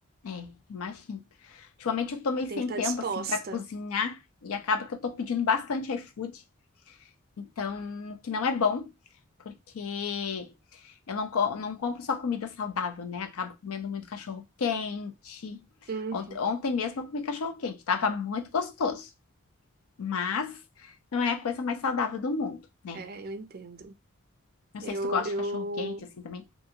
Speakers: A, on the left; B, on the right.
A: É, imagino. Ultimamente eu tô meio
B: Tem
A: sem
B: que estar
A: tempo,
B: disposta.
A: assim, para cozinhar, e acaba que eu tô pedindo bastante iFood, então, o que não é bom, porque eu não, co- não compro só comida saudável, né? Acabo comendo muito cachorro quente.
B: Uhum.
A: Ontem, ontem mesmo eu comi cachorro quente, tava muito gostoso. mas não é a coisa mais saudável do mundo, né?
B: É, eu entendo.
A: Não
B: Eu,
A: sei se tu gosta
B: eu
A: de cachorro quente assim também.